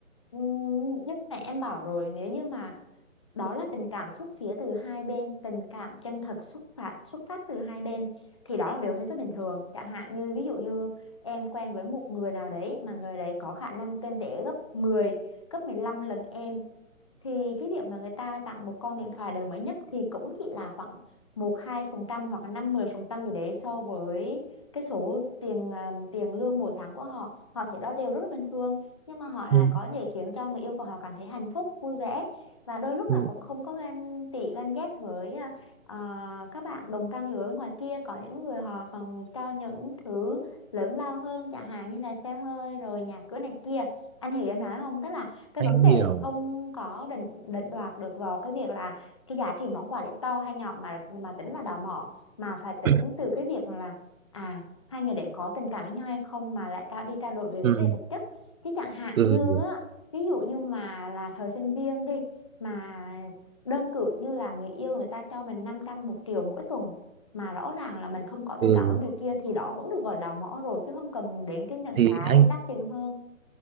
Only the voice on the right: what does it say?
Ừ,
ừ,
anh
hiểu
<clears throat>
ừ
ừ
ừ
thì
anh